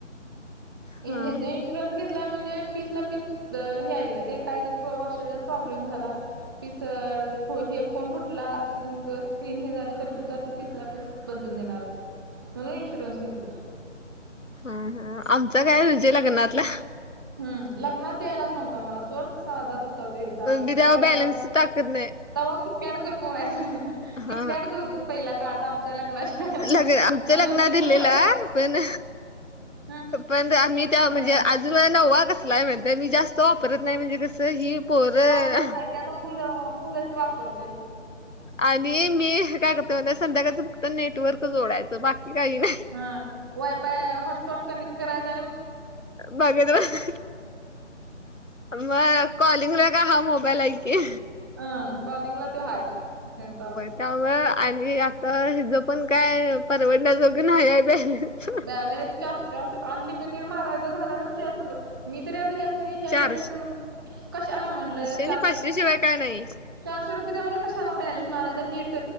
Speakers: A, on the right (about 20°); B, on the left (about 80°).
A: ह्याचा
B: हा हा
A: इन्शुरन्स घेतला म्हणजे पीस ला पीस हे आहे का ते काहीतरी वर्षाच्यात प्रॉब्लेम झाला तिसर हे फोन फुटला मग तीन हे झाले तरी सुद्धा पिसला पीस बदलून देणार आहे म्हणून इन्शुरन्स घेतला
B: हा आमचा काय म्हणजे लग्नातला
A: हम् लग्नात द्यायलाच नव्हता मला सोर साधाच होता तेचा
B: मी
A: किप्याडचा
B: त्यावर बॅलन्स टाकत नाही.
A: सहावा किटकॅट चा फोन आहे कि्प्याडत
B: हा हा
A: होत पहिल्या काळात आमच्या लग्नाच्याला
B: लग्न आमच्या
A: मग
B: लग्नात
A: नंतर
B: दिलेला
A: मग प ते
B: पण
A: ह
B: पण मी त्या
A: ह
B: म्हणजे अज मला नववा कसला आहे म्हणत मी जास्त वापरत नाही म्हणजे कसं ही पोरं
A: वापरत नाही ते आता मुलं मुलंच वापरतोय
B: आणि मी काय करते म्हण संध्याकाळचं फक्त नेटवर्क जोडायचं बाकी काही नाही
A: हा वयफय हॉटस्पॉट कनेक्ट कराय <inaudible>
B: बघत बस मग कॉलिंगला का हा मोबाईल आहे की
A: अं कॉलिंगला ते हाय तर-
B: त्यामु आणि आता हि ज पण काय परवडण्यासारखा नाहील्या आहे -
A: बॅलन्स टाक चार अनलिमिटेड मारायचा झाला तर वीचार मी तरी आता या्या नाही या्यावेळी
B: चारशे
A: त्यानी म्हणलं कशाला म्हणलं
B: आणि
A: चारशे
B: पाचशे
A: रुपये
B: शिवाय काय नाही.
A: चारशे रुपये द्या म्हटलं कशाला बॅलेन्स मारायचा नेट